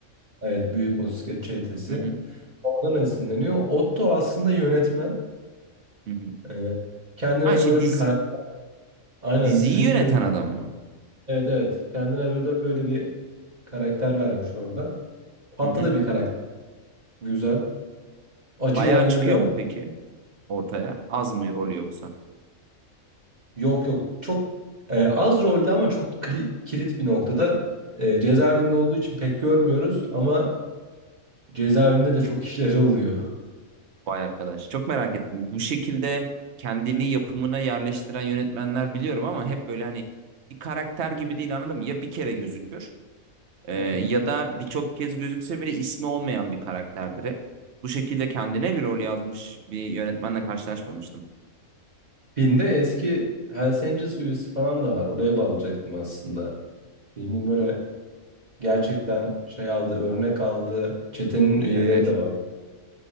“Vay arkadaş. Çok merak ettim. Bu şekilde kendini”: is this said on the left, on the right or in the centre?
Right